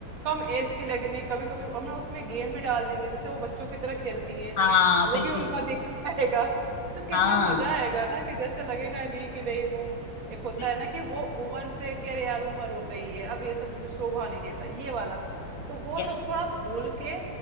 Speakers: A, on the right (about 45°); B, on the left (about 60°).
A: कम एज की लगेंगे कभी कभी हम ना उसमें गेम भी डाल देंगे जैसे वो बच्चों की तरह खेलती हैं
B: हाँ
A: वो
B: बिल्कुल
A: भी उनका
B: बिल्कुल
A: दिख <laughs> जाएगा तो
B: हाँ
A: कितना मजा आएगा ना कि जैसे लगेगा नहीं कि नहीं वो एक होता
B: बिल-
A: है ना कि वो उम्र से कि अरे यार उम्र हो गई है अब ये सब मुझे शोभा नहीं देता ये वाला तो वो
B: या-
A: सब थोड़ा भूल के